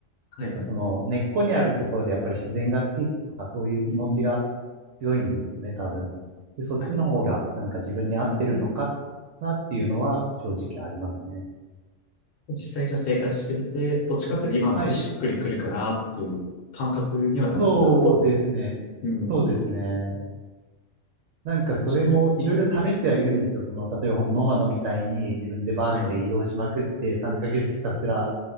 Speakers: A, on the left (about 60°); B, on the right (about 70°).
A: はい。
B: なんかその根っこにあるところでやっぱり自然が好きとかそういう気持ちが強いんですよね、
A: うん
B: 多分。で、そっちの方がなんか自分に合ってるのかなっていうのは正直ありますね。
A: はい。うん実際じゃあ生活してみて、どっちかっていうと今のがしっくりくるかなっていう感覚にはなるんですかあと、
B: はい。そうですね。
A: うん、
B: そうですね。なんかそれもいろいろ試してはいるんですよ。
A: ちょっと、
B: その、例えば本当ノマドみたいに自分でバンで移動しまくって3ヶ月ひたすら
A: はい。